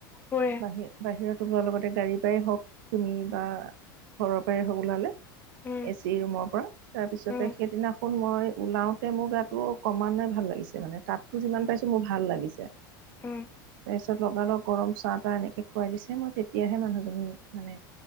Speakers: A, on the left; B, on the right.
A: পুৰে
B: বাহিৰ? বাহিৰত ওলোৱাৰ লগতে গাড়ীৰ পৰাই হওক, তুমি বা ঘৰৰ পৰাই হওক ওলালে,
A: উম
B: এ চি ৰুমৰ পৰা। তাৰ পিছতে
A: উম,
B: সেইদিনাখন মই ওলাওতে মোৰ গাতটো কমানে ভাল লাগিছে মানে তাতো যিমান পাইছো মোৰ ভাল লাগিছে।
A: উম।
B: তাৰ পিছত লগালগ গৰম চাহ তাহ এনেকে খুৱাই দিছে মই তেতিয়াহে মানুহজনী মানে